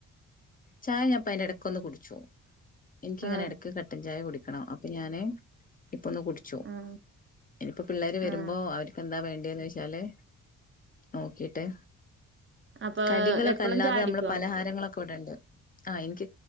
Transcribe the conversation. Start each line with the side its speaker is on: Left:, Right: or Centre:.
Left: ചായ ഞാപ്പോ അതിന്റെ ഇടക്ക് ഒന്ന് കുടിച്ചു എനിക്കിങ്ങനെ
Right: ആഹ്
Left: ഇടയ്ക്ക് കട്ടൻ ചായ കുടി ണോ അപ്പൊ ഞാന് ഇപ്പൊ ഒന്ന് കുടിച്ചു
Right: ആഹ്
Left: ഇനിപ്പോ പിള്ളേര് വരുമ്പോ
Right: ആഹ്
Left: അവർക്കെന്താ വേണ്ട എന്ന് വച്ചാല് നോക്കിട്ട്
Right: അപ്പൊ
Left: കടികളൊക്കെ
Right: എപ്പളും
Left: അല്ലാതെ
Right: ചായുടിക്കോ
Left: നമ്മള് പലഹാരങ്ങളൊക്കെ ഇവിടണ്ട് ആ ഇന്ക്